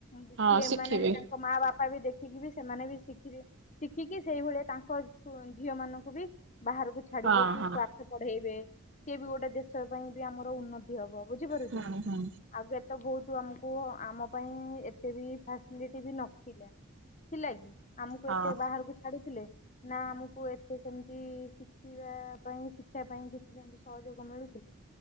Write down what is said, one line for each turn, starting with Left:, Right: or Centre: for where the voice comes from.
Left: ବି
Right: ହଁ
Left: ଏ
Right: ଶିଖିବେ
Left: ଏମାନେ ବି ତାଙ୍କ ମା ବାପା ବି ଦେଖିକି ବି ସେମାନେ ବି ଶିଖିବେ। ଶିଖିକି ସେଇଭଳିଆ ତାଙ୍କ ପୁଅ ଝିଅ ମାନଙ୍କୁ ବି ବାହାରକୁ ଛାଡିବେ
Right: ହଁ
Left: କି
Right: ହଁ
Left: ପାଠ ପଢେଇବେ ସିଏ ବି ଗୋଟେ ଦେଶ ପାଇଁ ବି ଆମର ଉନ୍ନ ତି ହବ ବୁଝିପାରୁଛୁ
Right: ହୁଁ
Left: ନା।
Right: ହୁଁ
Left: ଆଗେ ତ ବହୁତୁ ଆମୁକୁ ଆମ ପାଇଁ ଏତେ ବି ଫାସ୍ଲି ଟି ବି ନଥିଲା ଥିଲା କି ଆମୁକୁ
Right: ହଁ।
Left: ଏତେ ବାହାରୁକୁ ଛାଡିଥିଲେ ନା ଆମକୁ ଏତେ ସେମିତି ଶିଖିବା ପାଇଁ ଶିକ୍ଷିବା ପାଇଁ କିଛି ସେମତି ସହଯୋଗ ମିଳୁ